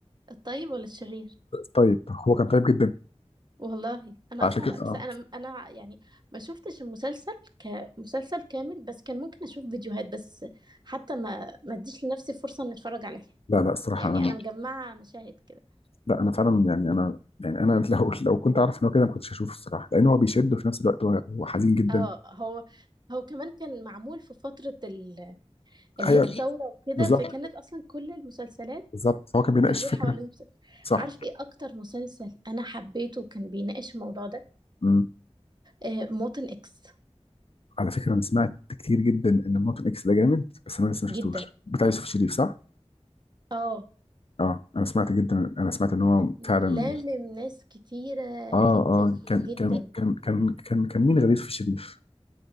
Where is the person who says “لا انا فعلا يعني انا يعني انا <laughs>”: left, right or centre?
Left